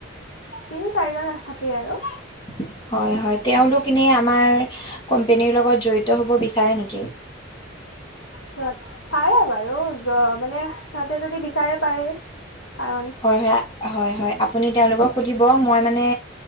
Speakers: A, on the left; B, on the left.
A: তিনি চাৰিজন থাকেই আৰু।
B: উ হয় হয়, তেওঁলোক এনে আমাৰ কোম্পেনীৰ লগত জড়িত হ'ব বিচাৰে নেকি?
A: সিহঁত পাৰে বাৰু, মানে সিহঁতে যদি বিচাৰে পাৰে। কাৰণ
B: হয় হয় হয় হয় আ আপুনি তেওঁলোকক সুধিব, মই মানে